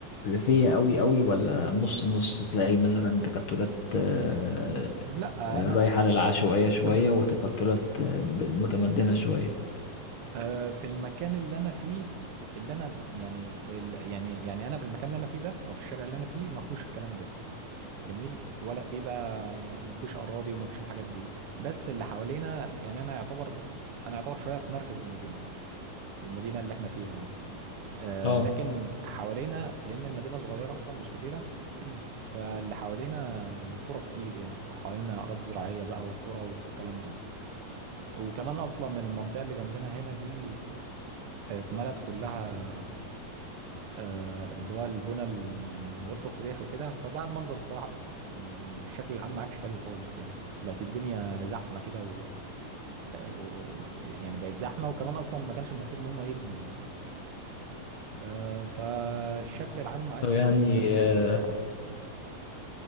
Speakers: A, on the left; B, on the right.
A: ريفيه قوي قوي ولا نص نص تلاقي مثلا تكتلات آه
B: لا
A: آه،
B: انا
A: رايحه
B: ص-
A: للعشوائيه
B: <clears throat>
A: شويه وتكتلات آه، ب- متمدنه شويه
B: آه، في المكان اللي انا فيه اللي انا يعني ال- يعني يعني انا في المكان اللي انا فيه ده او في الشارع اللي انا فيه ما فيهوش الكلام ده جميل ولا في بقى يعني ما فيش اراضي وما فيش الحاجات دي بس اللي حوالينا يعني انا يعتبر انا يعتبر شويه في مركز المدينه المدينه اللي احنا فيها يعني آه
A: اه
B: لكن حوالينا لان المدينه صغيره اصلا مش كبيره فاللي حوالينا قرى كتير يعني حوالينا اراضي زراعيه بقى وقرى والكلام ده وكمان اصلا المنطقه اللي جنبنا هنا دي آه، اتملت كلها آه، اللي هو البنى ال- من غير تصريح وكده فبقى المنظر الصراحة بش- يعني الشكل العام ما عادش حلو خالص يعني بقت الدنيا زحمة كده و... آه، و... و- يعني بقت زحمة وكمان أصلا ما كانش المفروض إن هم يبنوا يعني آه، فالشكل العام ما عادش
A: طب يعني
B: قد
A: آه،
B: كده الصراحة